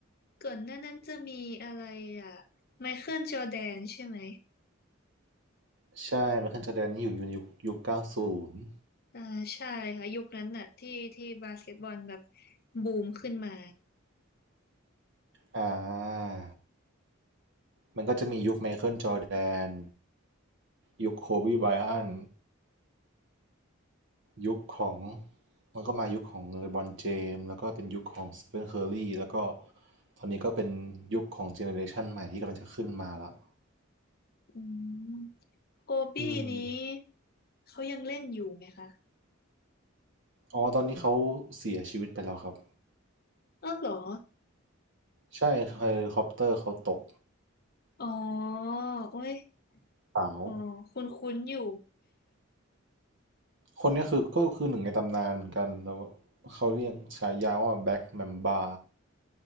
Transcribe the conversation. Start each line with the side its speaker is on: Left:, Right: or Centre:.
Left: ก่อนหน้านั้นจะมีอะไรอ่ะไมเคิลจอร์แดนใช่ไหม
Right: ใช่ไมเคิลจอร์แดนนี่อยู่ในยุคยุคเก้าศูนย์
Left: อ่าใช่ค่ะยุคนั้นน่ะที่ที่บาสเกตบอลแบบบูมขึ้นมา
Right: อ่ามันก็จะมียุคไมเคิลจอร์แดนยุคโคบีไบรอัน ยุคของมันก็มายุคของเลบรอนเจมส์แล้วก็เป็นยุคของสเตฟานเคอร์รี่แล้วก็ตอนนี้ก็เป็นยุคของเจเนอเรชันใหม่ที่กำลังจะขึ้นมาแล้ว
Left: อืมโคบี้นี้
Right: อืม
Left: เขายังเล่นอยู่ไหมคะ
Right: อ๋อตอนนี้เขาเสียชีวิตไปแล้วครับ
Left: เออเหรอ
Right: ใช่เฮลิคอปเตอร์เขาตก
Left: อ๋อโอ้ย
Right: สาว
Left: อ๋อคุ้นคุ้นอยู่
Right: คนเนี้ยคือก็คือหนึ่งในตำนานเหมือนกันแต่ว่าเขาเรียกฉายาว่าแบ็กแมมบา